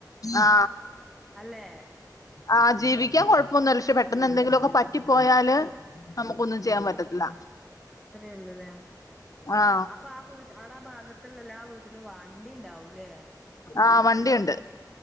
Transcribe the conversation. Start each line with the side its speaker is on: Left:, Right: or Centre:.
Left: ആ
Centre: അല്ലെ
Left: ആ ജീവി ജീവിക്കാൻ കുഴപ്പൊന്നുമല്ല പക്ഷെ പെട്ടെന്ന് എന്തെങ്കിലുമൊക്കെ പറ്റി പോയാല്. നമുക്കൊന്നും ചെയ്യാൻ പറ്റത്തില്ല.
Centre: എത്രേള്ളൂല്ലേ
Left: ആ
Centre: അപ്പൊ ആ വീട്ട ആടാ ഭാഗത്ത്ള്ളല്ല എല്ലാ വീട്ട <unintelligible> വണ്ടി ണ്ടാവുലേ
Left: ആ വണ്ടിയ്ണ്ട്.